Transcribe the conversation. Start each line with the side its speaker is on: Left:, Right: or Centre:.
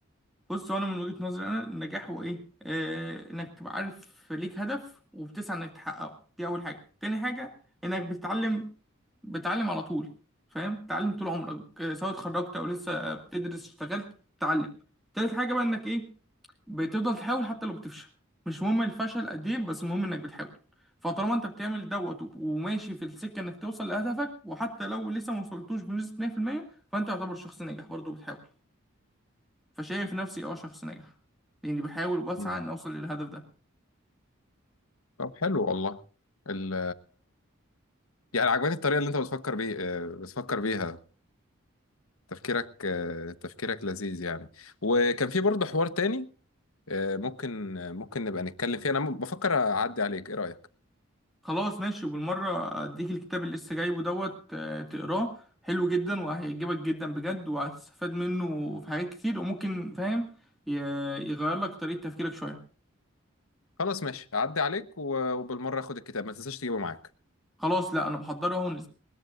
Centre: بص هو انا من وجهة نظري انا النجاح هو ايه آه انك تبقى عارف ليك هدف وبتسعى انك تحققه دي اول حاجة تاني حاجة انك بتتعلم بتتعلم على طول فاهم تتعلم طول عمرك آه، سواء اتخرجت او لسه بتدرس اشتغلت تتعلم تالت حاجة بقى انك ايه بتفضل تحاول حتى لو بتفشل مش مهم الفشل قد ايه بس المهم انك بتحاول فطالما انت بتعمل دوت وب- وماشي في السكه انك توصل لهدفك وحتى لو لسه ما وصلتوش بنسبه 100% فانت يعتبر شخص ناجح برضه بتحاول فشايف نفسي اه شخص ناجح لاني بحاول وبسعى
Left: مم.
Centre: ان اوصل للهدف ده
Left: طب حلو والله ال يعني عجباني الطريقه اللي انت بتفكر بيه آه، بتفكر بيها تفكيرك آه، تفكيرك لذيذ يعني وكان في برضه حوار تاني آه، ممكن آه، ممكن نبقى نتكلم فيه انا م- بفكر اعدي عليك ايه رايك
Centre: خلاص ماشي وبالمره اديك الكتاب اللي لسه جايبه دوت آه، تقراه حلو جدا وهيعجبك جدا بجد وهتستفاد منه في حاجات كتير وممكن فاهم ي- يغير لك طريقه تفكيرك شويه
Left: خلاص ماشي اعدي عليك و- وبالمره اخد الكتاب ما تنساش تجيبه معاك
Centre: خلاص لا انا بحضرها اهو